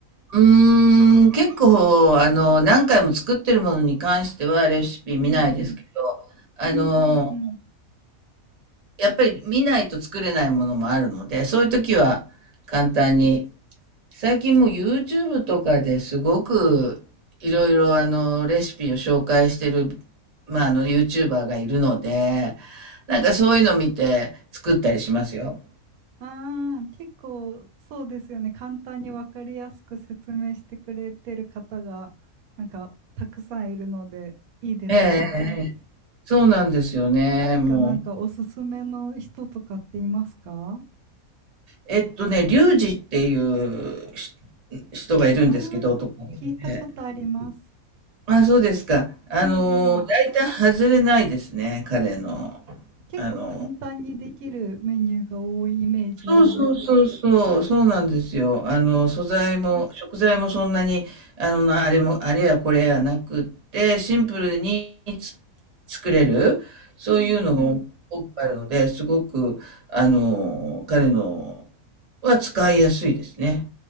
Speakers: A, on the right; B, on the right.
A: うーん、結構、あの、何回も作ってるものに関してはレシピ見ないですけど、
B: うんうん
A: あの、
B: うんうんうん。
A: やっぱり見ないと作れないものもあるので、そういう時は簡単に最近もう YouTube とかですごくいろいろあのレシピを紹介してる、まあ、あの YouTuber がいるので、なんかそういうの見て作ったりしますよ。
B: ああ、結構そうですよね。簡単に分かりやすく説明してくれてる方がなんかたくさんいるのでいいですよね。
A: ええ、そうなんですよね。
B: 誰かなんかおすすめの人とかっていますか
A: もう。えっとね、リュウジっていうし人がいるんですけど、
B: ああー、
A: 男の子で。
B: 聞いたことあります。
A: まあ、そうですか。あの、
B: うんうん。
A: 大体外れないですね、彼の、
B: 結構簡単にできるメニューが多いイメージなんですけど。
A: あの、そうそうそうそう、そうなんですよ。あの、素材も、食材もそんなに、あの、なあれも、あれやこれやなくって、シンプルにつ作れる、そういうのが多くあるので、
B: うんうんうん。
A: すごく、あの、彼のは使いやすいですね。